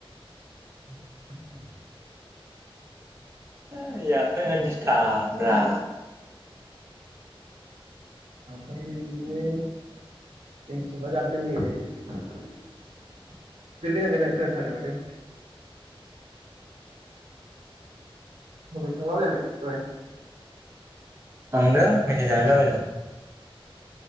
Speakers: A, on the right; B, on the right.
A: <unintelligible>
B: <unintelligible> एयार प्लेना दिस्थाबब्रा
A: गाबखायोलै बिदिनो जोंथिंबा गाबदों नै ओरै बेफोर गोजान गोजान खोनाथारो माथो <unintelligible> थांलाबायाखै
B: थांदों मेथाइ जाहैलाबायदों